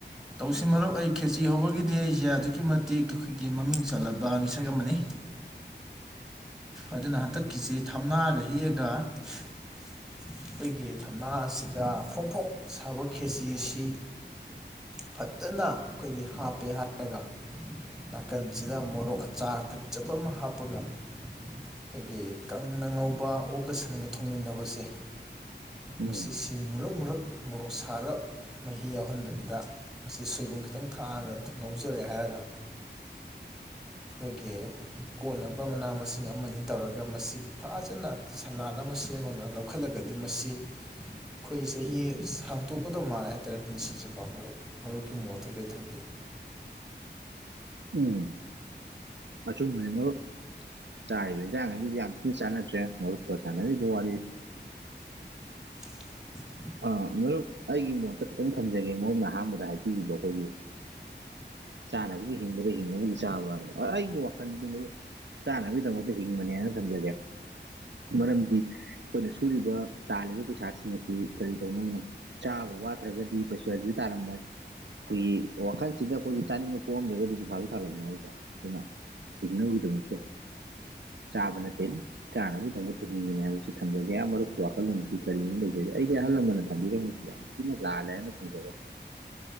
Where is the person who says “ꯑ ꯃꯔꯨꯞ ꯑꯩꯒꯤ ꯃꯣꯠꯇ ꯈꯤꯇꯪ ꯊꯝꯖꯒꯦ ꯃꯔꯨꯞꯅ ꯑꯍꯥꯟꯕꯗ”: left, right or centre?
Right